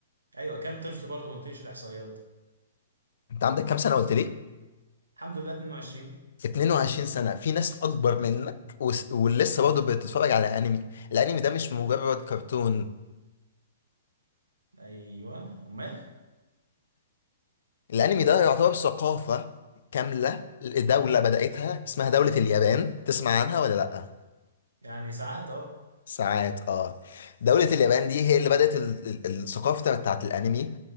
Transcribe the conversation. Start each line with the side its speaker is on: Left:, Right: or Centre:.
Right: ايوه كم طفل برضه ما قلتليش الاحصائيات
Left: انت عندك كام سنة قلت لي
Right: الحمد لله 22
Left: 22 سنة في ناس اكبر منك وس- ولسه برضه بتتفرج على انمي الانمي ده مش مجرد كرتون
Right: ايوه امال
Left: الانمي ده يعتبر ثقافة كاملة دولة بدأتها اسمها دولة اليابان تسمع عنها ولا لأ
Right: يعني ساعات اه
Left: ساعات اه دولة اليابان دي هي اللي بدأت ال- ال- الثقافة بتاعت الأنمي